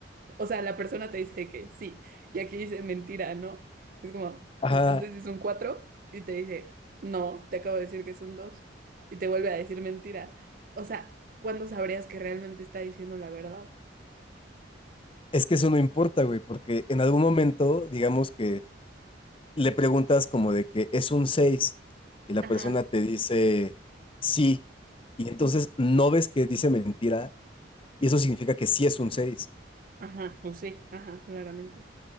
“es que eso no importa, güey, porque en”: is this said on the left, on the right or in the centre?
Left